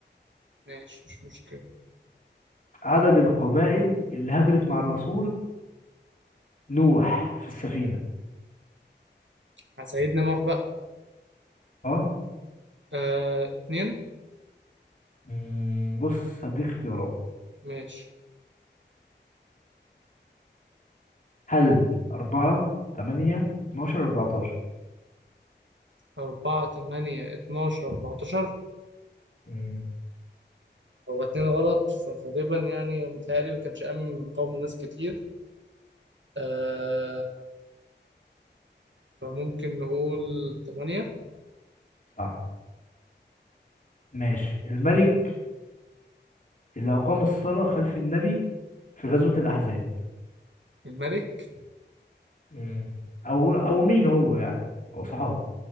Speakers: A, on the right (about 80°); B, on the left (about 45°).
A: ماشي مش مشكلة
B: عدد القبائل اللي هاجرت مع الرسول نوح في السفينة
A: على سيدنا نوح بقى
B: اه
A: آه اتنين
B: مم، بص هديك اختيارات
A: ماشي
B: هل أربعة تمانية اتناشر أربعتاشر
A: أربعة تمانية اتناشر أربعتاشر
B: مم،
A: هو اتنين غلط فغالبا يعني متهيألي ما كانش أمن من قوم ناس كتير آه فممكن نقول تمانية
B: صح ماشي الملك اللي أقام الصلاة خلف النبي في غزوة الأحزاب
A: الملك
B: مم. أو أو مين هو يعني هو صحابي